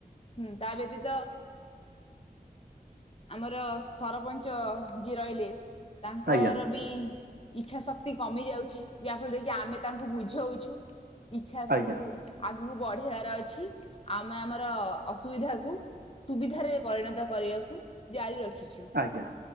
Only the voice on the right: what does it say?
ଆଜ୍ଞା
ଆଜ୍ଞା
ଆଜ୍ଞା।